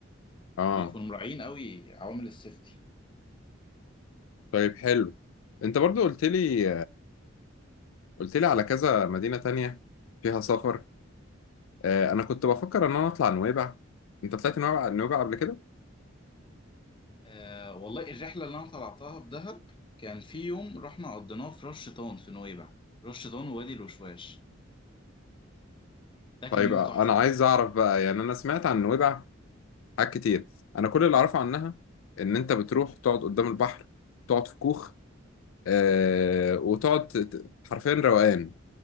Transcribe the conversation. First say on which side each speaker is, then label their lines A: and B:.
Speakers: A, on the left; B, on the left.
A: اه
B: بيكونوا مراعيين قوي عوامل السيفتي
A: طيب حلو انت برضو قلت لي قلت لي على كذا مدينة تانية فيها سفر آه انا كنت بفكر ان انا اطلع نويبع انت طلعت نويبع نويبع قبل كده
B: آه والله الرحلة اللي أنا طلعتها في دهب كان في يوم رحنا قضيناه في رش شيطان في نويبع رش شيطان ووادي الوشواش ده كان
A: طيب
B: يوم
A: انا
B: تحفة
A: عايز
B: برضه
A: اعرف بقى يعني انا سمعت عن نويبع حاجات كتير انا كل اللي اعرفه عنها ان انت بتروح تقعد قدام البحر تقعد في كوخ آه وتقعد ت- ت- حرفيا روقان